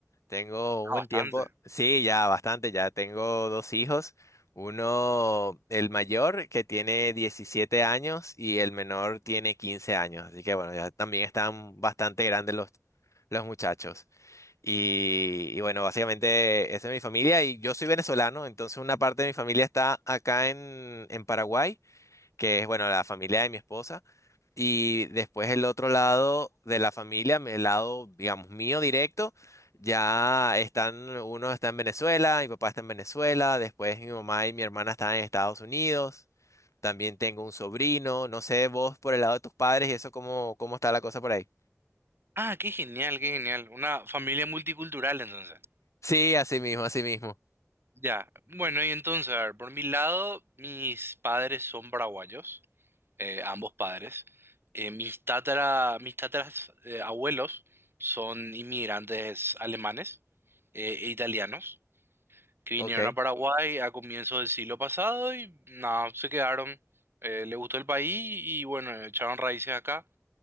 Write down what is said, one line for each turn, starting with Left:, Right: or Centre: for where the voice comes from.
Left: tengo
Right: Ah,
Left: un buen
Right: bastante.
Left: tiempo. Sí, ya bastante, ya tengo dos hijos, uno, el mayor, que tiene 17 años y el menor tiene 15 años, así que bueno, ya también están bastante grandes los, los muchachos. Y, y bueno, básicamente esa es mi familia y yo soy venezolano, entonces una parte de mi familia está acá en, en Paraguay, que es, bueno, la familia de mi esposa, y después el otro lado de la familia, el lado, digamos, mío directo, ya están, uno está en Venezuela, mi papá está en Venezuela, después mi mamá y mi hermana están en Estados Unidos, también tengo un sobrino, no sé, vos por el lado de tus padres y eso, ¿cómo, cómo está la cosa por ahí?
Right: Ah, qué genial, qué genial. Una familia multicultural entonces.
Left: Sí, así mismo, así mismo.
Right: Ya, bueno, y entonces, a ver, por mi lado, mis padres son paraguayos. eh, ambos padres. Eh, mis tatara, mis tataras eh, abuelos son inmigrantes alemanes eh, e italianos que vinieron
Left: Ok.
Right: a Paraguay a comienzos del siglo pasado y nada, se quedaron. Eh, les gustó el país y bueno, echaron raíces acá.